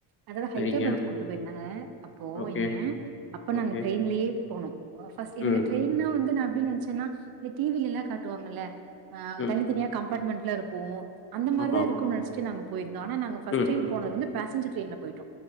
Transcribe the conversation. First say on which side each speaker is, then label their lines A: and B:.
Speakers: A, on the right; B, on the left.
A: அத ஹைதராபாத்
B: சரிங்க.
A: கூட்டு போயிருந்தாங்க அப்போ
B: ஓகே,
A: என்னிய அப்ப
B: ஓகே.
A: நாங்க ட்ரெயின்லயே போனோ ஃபர்ஸ்ட் எனக்கு
B: ம்,
A: ட்ரெயின்னா வந்து நா எப்டி நினச்ச ன்னா இந்த டி வில எல்லா காட்டுவாங்கல்ல ஆ
B: ம்.
A: தனி தனியா கம்பாட்மெண்ட் லா இருக்கும் அந்த மாரிதா
B: ஆமா.
A: இருக்கும் நெனச்சுட்டு நாங்க போயிருந்தோ ஆனா நாங்க பஸ்ட்
B: ம்,
A: டைம் போனது வந்து பேசஞ்சர் ட்ரெயின்ல போய்டோ